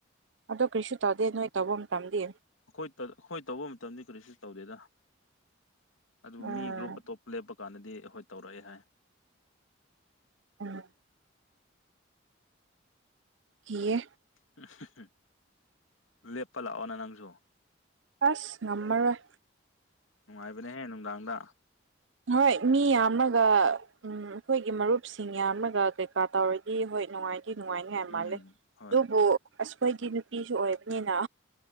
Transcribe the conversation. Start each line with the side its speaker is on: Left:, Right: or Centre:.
Right: ꯑꯗꯣ ꯀꯔꯤꯁꯨ ꯇꯧꯗꯦ ꯅꯣꯏ ꯇꯧꯕ ꯃꯇꯝꯗꯤ
Left: ꯑꯈꯣꯏ ꯇꯥ ꯑꯈꯣꯏ ꯇꯧꯕ ꯃꯇꯝꯗꯤ ꯀꯔꯤꯁꯨ ꯇꯧꯗꯦꯗ ꯑꯗꯨ
Right: ꯎꯝ
Left: ꯃꯤ ꯒ꯭ꯔꯨꯞ ꯑꯇꯣꯞꯄ ꯂꯦꯞꯄ ꯀꯥꯟꯗꯗꯤ ꯍꯣꯏ ꯇꯧꯔꯛꯑꯦ ꯍꯥꯏ
Right: ꯎꯝ ꯀꯤꯌꯦ
Left: <unintelligible> ꯂꯦꯞꯄ ꯂꯥꯛꯑꯣꯅ ꯅꯪꯖꯨ
Right: ꯑꯦꯁ ꯉꯝꯃꯔꯣꯏ
Left: ꯅꯨꯡꯉꯥꯏꯕꯅꯦꯍꯦ ꯅꯨꯡꯗꯥꯡꯗ
Right: ꯍꯣꯏ ꯃꯤ ꯌꯥꯝꯃ꯭ꯔꯒ ꯎꯝ ꯑꯈꯣꯏꯒꯤ ꯃꯔꯨꯞꯁꯤꯡ ꯌꯥꯝꯔꯒ ꯀꯩꯀꯥ ꯇꯧꯔꯗꯤ ꯍꯣꯏ ꯅꯨꯡꯉꯥꯏ ꯀꯤꯅꯨꯡꯉꯥꯏꯅꯤꯍꯦ
Left: ꯎꯝ
Right: ꯃꯥꯜꯂꯦ
Left: ꯍꯣꯏ
Right: ꯗꯨꯕꯨ ꯑꯁ ꯈꯣꯏꯒꯤ ꯅꯨꯄꯤꯁꯨ ꯑꯣꯏꯕꯅꯤꯅ